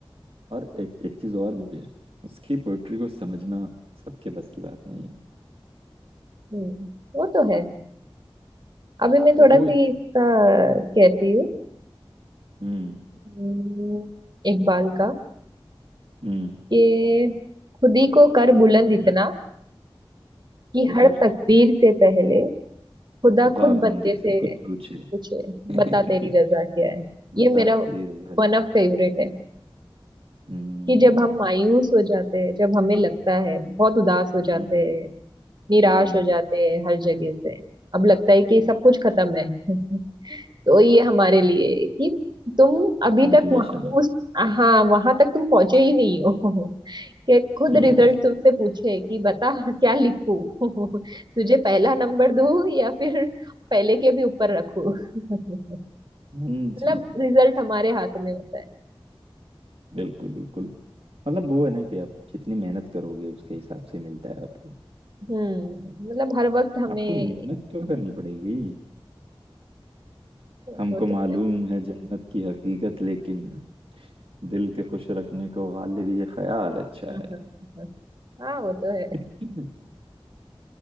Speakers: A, on the right; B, on the right.
A: और एक, एक चीज और भी है उसकी पोइट्री को समझना सबके बस की बात नहीं है
B: हम्म, वो तो है अभी मैं
A: वो
B: थोड़ा सी इसका कहती हूँ
A: हम्म
B: हम्म, इकबाल का
A: हम्म
B: कि खुद ही को कर बुलंद इतना कि
A: कि
B: हर
A: हर
B: तकदीर से पहले खुदा
A: खुदा
B: खुद बंदे
A: बंदे
B: से
A: से खुद पूछे
B: पूछे
A: <laughs>
B: बता तेरी रजा क्या है
A: बता
B: ये मेरा
A: तेरी रजा क्या?
B: वन ऑफ फेवरेट है
A: हम्म
B: कि जब हम मायूस हो जाते हैं जब हमें लगता है बहुत उदास हो जाते
A: हम्म
B: हैं निराश
A: हम्म
B: हो जाते हैं हर जगह से अब लगता है कि सब कुछ खत्म है <laughs> तो ये हमारे लिए है कि तुम अभी तक
A: मोटिवेशन
B: वहाँ
A: है
B: उस हाँ वहां तक तुम पहुंचे ही नहीं हो <laughs> कि खुद
A: <laughs>
B: रिजल्ट तुमसे पूछे कि बता क्या लिखूं <laughs> तुझे पहला नंबर दूं या फिर पहले के भी ऊपर रखूं <laughs>
A: हम्म, जी
B: मतलब रिजल्ट हमारे हाथ में होता है
A: बिल्कुल बिल्कुल मतलब वो है ना कि आप जितनी मेहनत करोगे उसके हिसाब से मिलता है आपको
B: हम्म मतलब हर वक्त हमें
A: आपको मेहनत तो करनी पड़ेगी हमको
B: वो तो
A: मालूम
B: है।
A: है जन्नत की हकीकत लेकिन दिल के खुश रखने को गालिब ये ख्याल अच्छा
B: <laughs> हाँ
A: है
B: हाँ, वो तो है
A: <laughs>